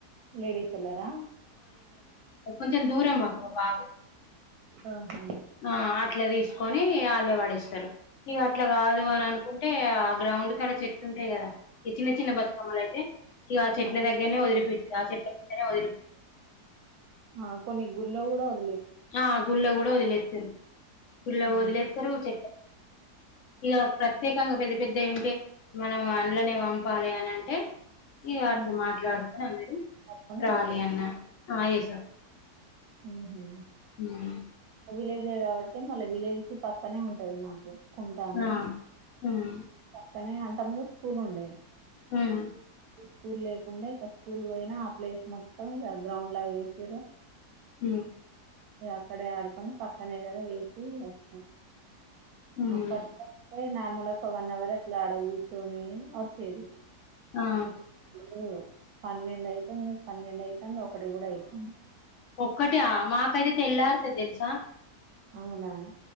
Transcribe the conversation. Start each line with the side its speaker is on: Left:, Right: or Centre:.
Right: లేడీస్ ఎల్లారా
Left: కొంచం దూరమాకు బావు
Right: ఆహా
Left: ఆ అట్లా తీసుకొని వాళ్ళే పడేస్తారు ఇగ అట్లా కాదు అని అనుకుంటే ఆ గ్రౌండ్ ఇంటికాడ చెట్లు ఉంటాయి కదా ఈ చిన్న చిన్న బతుకమ్మలు అయితే ఇగ చెట్ల
Right: ఆ,
Left: దగ్గరనే వదిలిపెట్ ఆ చెట్ల కిందనే వదిలిపి
Right: ఆ కొన్ని గుళ్లో కూడా వదలి
Left: ఆ గుళ్లో కూడా వదిలేస్తారు గుళ్లో
Right: ఉమ్,
Left: వదిలేస్తారు చెట్ ఇగ ప్రత్యేకంగా పెద్ద పెద్ద ఏంటే మనం అందలోనే పంపాలి అని అంటే ఇగ అట్లు
Right: ఉమ్.
Left: మాట్లాడుకొని అందరూ
Right: పట్టుకొని
Left: ట్రాలీ
Right: వేసొచ్చు
Left: అన్న ఆ ఏస
Right: హ్మ్ హు
Left: హ్మ్
Right: విలేజె కాబట్టి మళ్ళీ విలేజ్ కి పక్కనే ఉంటది మాకు కుంటాని
Left: ఆ ఉమ్
Right: పక్కనే అంత ముందు స్కూల్ ఉండే
Left: హ్మ్
Right: స్కూల్ లేకుండా ఇక స్కూల్ పోయినా ఆ ప్లేస్ మొత్తం ఇక గ్రౌండ్ లా చేసిరు
Left: హ్మ్
Right: ఇ అక్కడే ఆడుకొని పక్కనే కదా వేసి వస్తాం
Left: ఉమ్
Right: అప్పటటే నార్మల్ ఒక వన్ అవర్ అట్లా అడగుర్చొని వచ్చేది
Left: ఆ
Right: ఇప్పుడు లేదు పన్నెండు అయితుంది పన్నెండు అయితుంది ఒకటి కూడా అయితుంది
Left: ఒకట మాకైతే తెల్లారతది తెలుసా
Right: అవునా